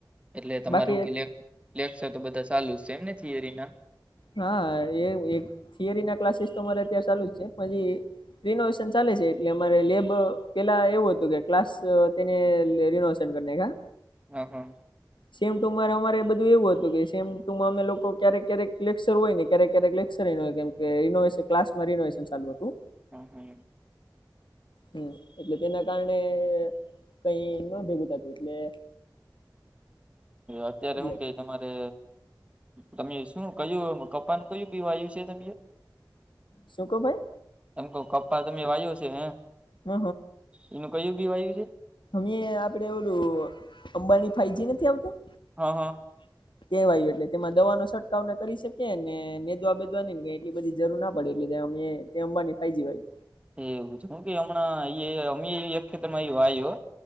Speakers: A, on the right; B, on the left.
A: એટલે તમારું
B: બાકી
A: એવુ લે લેકસર તો બધા સાલું જ છે એમ ને થિયરીના?
B: હા એ એક થિયરી ના ક્લાસીસ તો મારે અત્યારે ચાલુ જ છે પછી રિનોવેશન ચાલે છે એટલે અમારે લેબ પેલા એવું હતું કે ક્લાસ તેને રિનોવે વેશન કરી નાખ્યા.
A: હ હા
B: સેમ ટુ માં અમારે બધું એવું હતું કે સેમ ટુ માં અમે લોકો ક્યારેક ક્યારેક લેક્ચર હોય ને ક્યારેક ક્યારેક લેક્ચર ન હોય કેમ રિનોવેશન ક્લાસ માં રિનોવેશન ચાલુ હતું.
A: હમ હ
B: હમ એટલે તેના કારણે કઈ ન ભેગું થતું એટલે <inaudible>
A: અત્યારે
B: એટલે
A: હું કે તમારે તમે શું કયું કપાનું કયું બી વાવ્યું છે તે
B: શું કો ભાઈ
A: એમ કહું કપ પ્પા તમે વાયયો છે હે
B: હ
A: એનું કયું બી વાયુ છે.
B: મેં આપડે ઓલું અંબાણી ફાઈવજી નથી આવતો
A: હા હા
B: <inaudible> કહેવાયું એટલે તેમાં દવાનો છટકાવને કરી શકીએ ને નેદવા બેેદવા ન ને એટલી બધી જરૂર ના પડે એટલે જ અમે તે અંબાની ફાઈજી હોય
A: એ એવું છે કે હમણાં યે અમ એક ખેતરમાં એ વાયુ હો